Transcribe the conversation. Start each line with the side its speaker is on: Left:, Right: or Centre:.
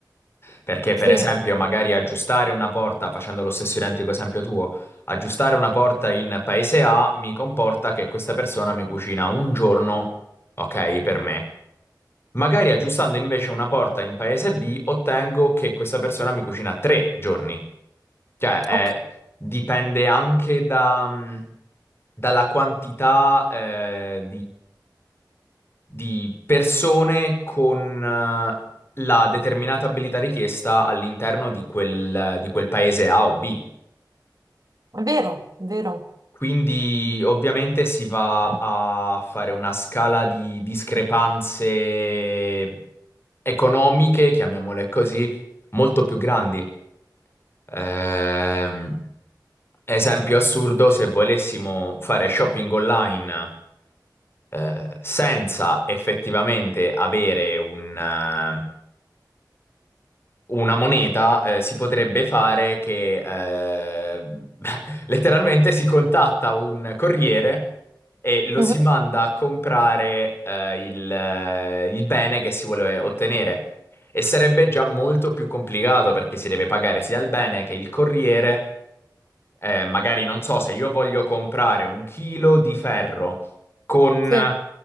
Left: Perché, per
Right: Sì,
Left: esempio, magari aggiustare una porta, facendo lo stesso identico esempio tuo, aggiustare una porta in paese A mi comporta che questa persona mi cucina un giorno, ok, per me. Magari aggiustando invece una porta in paese B, ottengo che questa persona mi cucina tre giorni. Cioè, è-
Right: ok,
Left: dipende anche da, mh, dalla quantità, eh, di persone con eh, la determinata abilità richiesta all'interno di quel, di quel paese A o B.
Right: è vero, è vero.
Left: Quindi ovviamente si va
Right: Eh,
Left: a fare una scala di discrepanze economiche, chiamiamole così, molto più grandi. Ehm, esempio assurdo, se volessimo fare shopping online eh, senza effettivamente avere un, eh, una moneta eh, si potrebbe fare che eh, <laughs> letteralmente si contatta un corriere e lo
Right: mhm,
Left: si manda a comprare eh, il, eh, il bene che si vuole ottenere. E sarebbe già molto più complicato perché si deve pagare sia il bene che il corriere. Eh, magari non so se io voglio comprare un chilo di ferro con
Right: Sì,
Left: eh,
Right: Eh,